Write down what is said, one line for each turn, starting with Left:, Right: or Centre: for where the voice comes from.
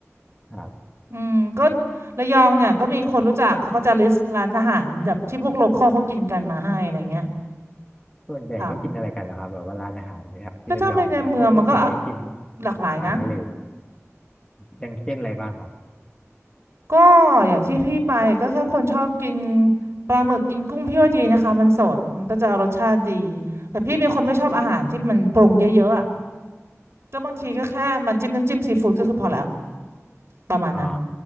Left: ครับ
Right: ๆอืมก็ระยองเนี่ยก็มีคนรู้จักเขาก็จะลิสต์ร้านอาหารแบบที่พวกโลคอลเขากินกันมาให้อะไรเงี้ย
Left: ส่วนใหญ่เขากินอะไรกันนะครับแบบว่าร้านอาหารเนี่ยครับที่ระยองเนี่ยเพราะเพราะผมก็กิน
Right: ค่ะก็ถ้าเป็นในเมืองมันก็อ่ะหลากหลายนะ
Left: อาหารทะเลอย่างเช่นอะไรบ้างครับ
Right: ก็อย่างที่พี่ไปก็ถ้าคนชอบกินปลาหมึกกินกุ้งพี่ว่าดีนะคะมันสดมันก็จะรสชาติดีแต่พี่เป็นคนไม่ชอบอาหารที่มันปรุงเยอะๆอ่ะก็บางทีก็แค่มันจิ้มน้ำจิ้มซีฟู้ดก็คือพอแล้วประมาณนั้น
Left: อ๋อ